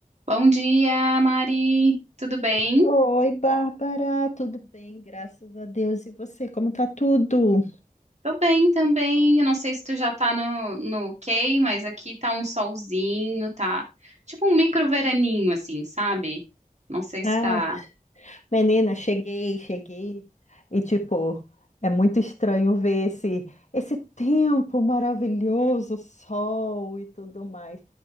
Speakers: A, on the right; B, on the left.
A: Bom dia, Mari. Tudo bem?
B: Oi, Bárbara, tudo bem? Graças a Deus. E você, como tá tudo?
A: Tô bem também. Eu não sei se tu já tá no, no ok, mas aqui tá um solzinho, tá tipo um micro veraninho, assim, sabe? Não sei
B: Ah,
A: se tá.
B: menina, cheguei, cheguei. E tipo, é muito estranho ver esse esse tempo maravilhoso, sol e tudo mais.